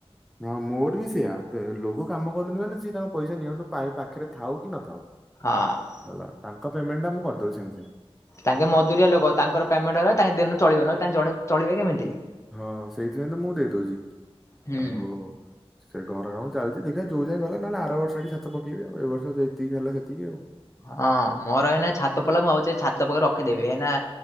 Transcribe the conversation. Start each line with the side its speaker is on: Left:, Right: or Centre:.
Centre: ହଁ ମୋର ବି ସେଇଆ ଲୋକ କାମ କରୁନ୍ତି ମାନେ ସିଏ ତାଙ୍କ ପଇସା ନିଅନ୍ତୁ ପାଏ ପା ଖେରେ ଥାଉ କି ନଥାଉ
Left: ହଁ।
Centre: ହେଲା ତାଙ୍କ ପେମେଣ୍ଟ୍ ଟା ମୁଁ କରିଦୋଉଚି ସାଙ୍ଗେ ସାଙ୍ଗେ।
Left: ତାଙ୍କେ ମଜୁରିଆ ଲୋକ ତାଙ୍କର ପେମେଣ୍ଟ୍ ହେଲା ତାଙ୍କ ଦିନ ଚଳିବ ନହଲେ ତା ଜଣେ ଚଳିବ କେମିତି,
Centre: ହଁ ସେଇଥିପାଇଁ ତ ମୁଁ ଦେଇଦଉଛି
Left: ହୁଁ।
Centre: ଆଉ ସେ ଘର କାମଁ ଚାଲିଚି ଦେଖିଆ ଯୋଉ ଯାଏ ଗଲା ନେଲେ ଆରବର୍ଷ ଆଡି ଛାତ ପକେଇବି ଆଉ ଏବର୍ଷ ଯେତିକି ହେଲା ସେତିକି ଆଉ।
Left: ହଁ ମୋର ଏଇନା ଛାତ ପଲା ମୁଁ ଆଉଛି ଛାତ ପକେଇ ରଖିଦେବି ଏଇନା